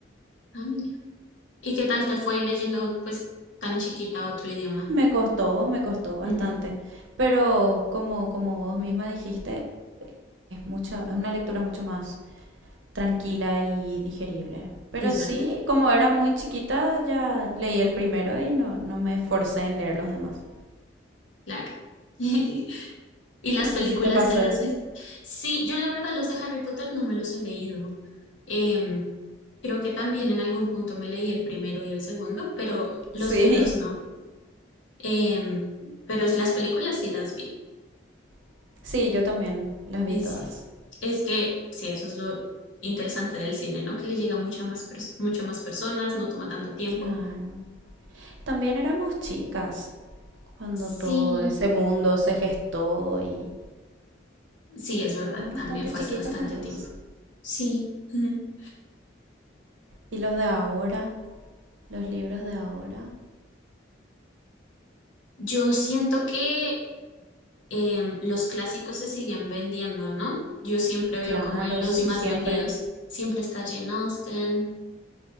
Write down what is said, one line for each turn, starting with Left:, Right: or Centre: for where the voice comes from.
Left: Ah, mira. ¿Y qué tal te fue leyendo, pues, tan chiquita otro idioma?
Right: Me costó, me costó bastante,
Left: Ujú,
Right: pero como, como vos misma dijiste, es mucho, es una lectura mucho más tranquila y digerible. Pero
Left: es
Right: sí,
Left: verdad,
Right: como era muy chiquita, ya leí el primero y no, no me esforcé en leer los demás.
Left: claro. <laughs> ¿Y las
Right: No
Left: películas
Right: sé si te pasó
Left: te las
Right: eso.
Left: viste? Sí, yo la verdad los de Harry Potter no me los he leído. Em, creo que también en algún punto me leí el primero y el segundo, pero los
Right: Sí,
Left: libros no. Em, pero las películas sí las vi.
Right: <laughs> sí, yo también las
Left: Y
Right: vi todas.
Left: sí, es que sí, eso es lo interesante del cine, ¿no? Que le llega a mucha más pers- muchas más personas, no toma tanto tiempo.
Right: Claro. También éramos chicas cuando
Left: Sí,
Right: todo ese mundo se gestó y
Left: sí, es verdad,
Right: éramos
Left: también
Right: bastante
Left: fue
Right: chiquitas
Left: hace bastante
Right: las dos.
Left: tiempo. Sí, <laughs>
Right: Y los de ahora, los libros de ahora,
Left: yo siento que em, los clásicos se siguen vendiendo, ¿no? Yo siempre veo
Right: Claro,
Left: como en los
Right: sí,
Left: más
Right: siempre.
Left: vendidos, siempre está Jane Austen,